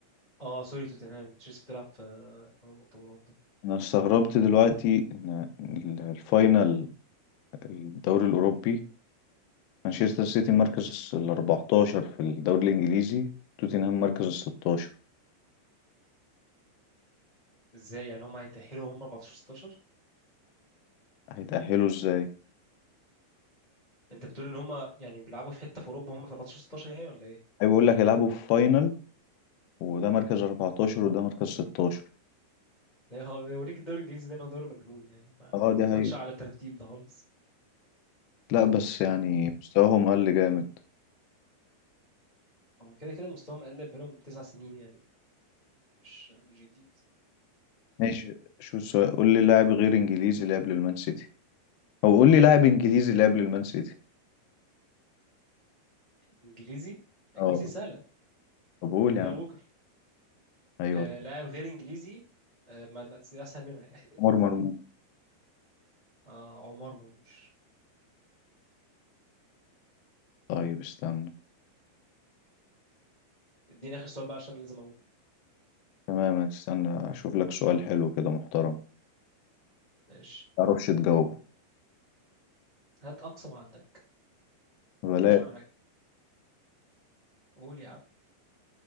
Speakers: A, on the left (about 15°); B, on the left (about 75°).
A: اه سوري توتنهام تشيلسي بتلعب في اللي هو المؤتمرات ده
B: انا استغربت دلوقتي ان ال- الفاينل الدوري الاوروبي مانشستر سيتي مركز ال 14 في الدوري الانجليزي توتنهام مركز ال 16
A: ازاي يعني هم هيتأهلوا هم 14 16
B: هيتأهلوا ازاي
A: انت بتقول ان هم يعني بيلعبوا في حتة في اوروبا هم في 14 16 يعني ولا ايه
B: هي بقول لك يلعبوا في فاينل وده مركز 14 وده مركز 16
A: ده هو- ده يوريك الدوري الانجليزي ده انه دوري مجنون يعني ما
B: اه دي
A: تاخدش
B: هي
A: على الترتيب ده خالص
B: لا بس يعني مستواهم قل جامد
A: هم كده كده مستواهم اقل بقالهم تسع سنين يعني مش مش جديد
B: ماشي شو السؤال قول لي لاعب غير انجليزي لعب للمان سيتي او قول لي لاعب انجليزي لعب للمان سيتي
A: انجليزي انجليزي
B: اه
A: سهلة
B: طب قول يا
A: كايل
B: عم
A: ووكر
B: ايوه
A: آه لاعب غير انجليزي آه ما لا، دي اسهل منها يعني
B: عمر مرموش
A: <laughs> آه عمر مرموش
B: طيب استنى
A: اديني اخر سؤال بقى عشان لازم اقوم
B: تمام استنى اشوف لك سؤال حلو كده محترم
A: ماشي
B: معرفش تجاوبه
A: هات اقصى ما عندك
B: بلاش
A: مفيش ولا حاجة قول يا عم